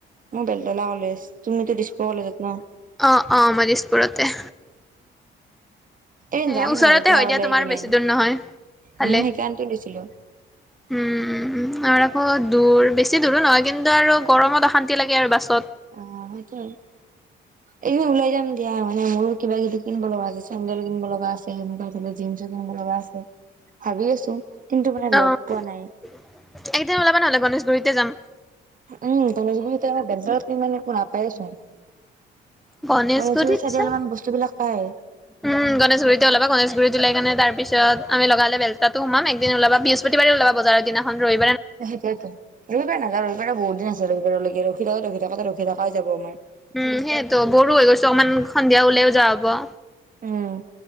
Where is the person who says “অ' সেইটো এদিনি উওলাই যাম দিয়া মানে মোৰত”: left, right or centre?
Right